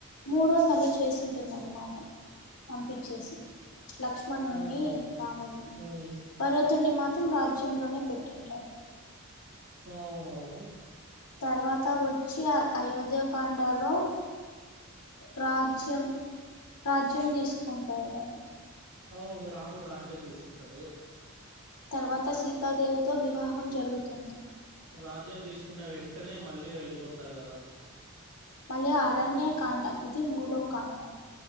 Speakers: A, on the left; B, on the right.
A: మూడో తల్లి చేసింటుందన్నమాట పంపించేసి లక్ష్మ మణని
B: అవునవును
A: రాముని
B: ఉమ్.
A: పర్వతున్ని మాత్రం రాజ్యంలోనే పెట్టింటారు
B: అవునవును
A: తర్వాత వచ్చి ఆ అయోధ్యకాండలో రాజ్యం రాజ్యం తీస్కుంటాడన్ని
B: అవును రాముడు రాజ్యాం తీస్కుంటాడు
A: తర్వాత సీతాదేవితో వివాహం జరుగుతుంది
B: రాజ్యం తీస్కున్న వెంటనే మళ్ళీ వెళ్ళిపోతారు కదా
A: మళ్ళీ అరణ్యకాండ ఇది మూడో కాండ